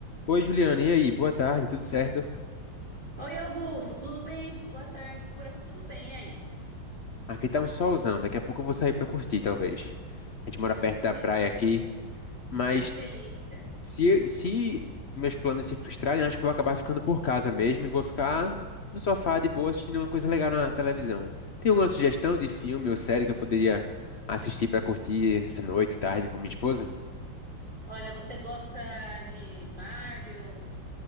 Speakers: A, on the left (about 85°); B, on the right (about 25°).
A: Oi, Juliana, e aí? Boa tarde, tudo certo?
B: Oi, Augusto, tudo bem? Boa tarde. Por aqui tudo bem, e aí?
A: Aqui tá um solzão, daqui a pouco eu vou sair pra curtir, talvez. A gente mora
B: Ah,
A: perto
B: isso
A: da
B: mesmo.
A: praia aqui, mas
B: Ai, que delícia.
A: se, se meus planos se frustrarem, acho que eu vou acabar ficando por casa mesmo e vou ficar no sofá de boa assistindo uma coisa legal na televisão. Tem alguma sugestão de filme ou série que eu poderia assistir pra curtir essa noite, tarde com minha esposa?
B: Olha, você gosta de Marvel